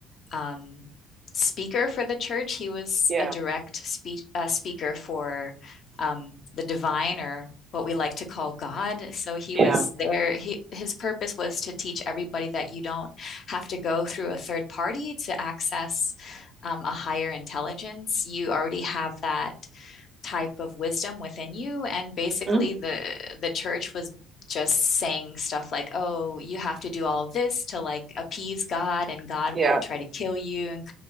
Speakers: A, on the left (about 45°); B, on the right (about 30°).
A: um, speaker for the church. He was
B: Yeah.
A: a direct spe- uh, speaker for um, the divine or what we like to call God. So he
B: Yeah.
A: was there. He, his purpose was to teach everybody that you don't have to go through a third party to access um, a higher intelligence. You already have that type of wisdom within you and basically
B: Mm,
A: the the church was just saying stuff like oh you have to do all of this to like appease god and god
B: Yeah.
A: will try to kill you <laughs> and